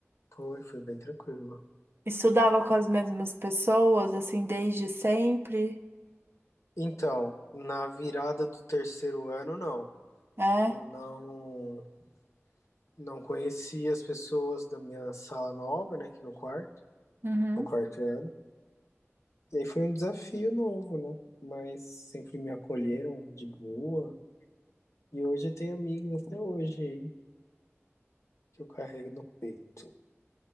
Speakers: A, on the left; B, on the right.
A: Foi, foi bem tranquilo.
B: Estudava com as mesmas pessoas, assim, desde sempre.
A: Então, na virada do terceiro ano, não.
B: É?
A: Eu não não conheci as pessoas da minha sala nova, né, aqui no quarto,
B: Uhum.
A: no quarto ano. E aí foi um desafio novo, né? Mas sempre me acolheram de boa. E hoje eu tenho amigos até hoje aí, que eu carrego no peito.